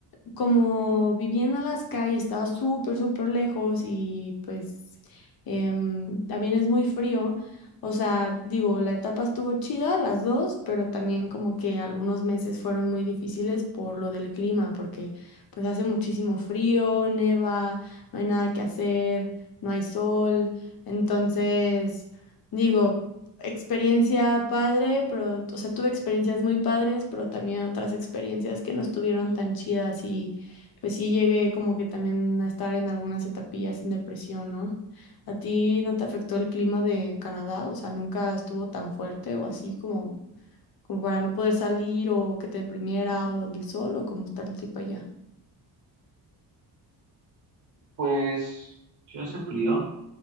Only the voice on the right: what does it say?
Pues sí hace frío,